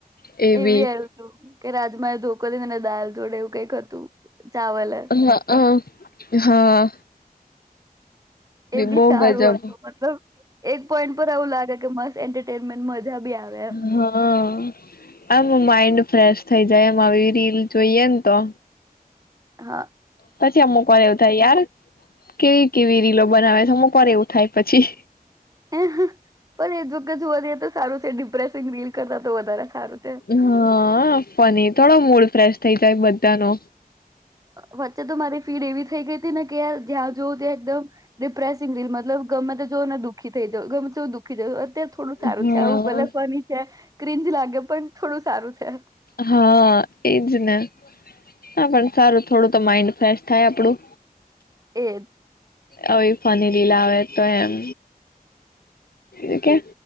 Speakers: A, on the left; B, on the right.
A: એ
B: એવી
A: બી
B: આ કે રાજમા એ ધોકો દનેને દાલ જોડે એવું કઈક હતું ચાવલ
A: હા હ હા
B: એ બી
A: બહુ
B: સારું
A: ગજબ
B: હતું મતલબ એક પોઈન્ટ પર એવું લાગે મસ્ત એન્ટરટેનમેન્ટ મજા બી આવે એમ
A: હા આમા માઇન્ડ ફ્રેશ થઈ જાય એમવી રીલ જોઈએ ને તો
B: હા
A: પછી અમુક એવું થાય યાર કેવી કેવી રીલો બનાવે છેઅમુક વાર એવું થાય પછી
B: પણ એ જ વખત જોવા જઈએ તો સારું છે ડિપ્રેસિંગ ફીલ કરતા તો વધારે સારું છે.
A: હા ફુન્ની થોડો મૂળ ફ્રેશ થઈ જાય બધાનો
B: વચ્ચે તો મારી ફીલ એવી થઈ ગઈ હતી ને કે યાર જ્યાં જોવું ત્યાં એકદમ ડિપ્રેસિંગ ફીલ મતલબ ગમે તે જોઓ ને દુઃખી થઈ જાવ ગમે તે જોવ દુખી જ તે થોડું સારું
A: હા
B: છે આવું ભલે ફની છે ક્રિન્જ લાગે પણ થોડું સારું છે
A: હા એજ ને હ પણ સારું થોડું તો માઈન્ડ ફ્રેશ થાય આપડું
B: એજ
A: અ ફની રીલ આવે તો એમ એ કે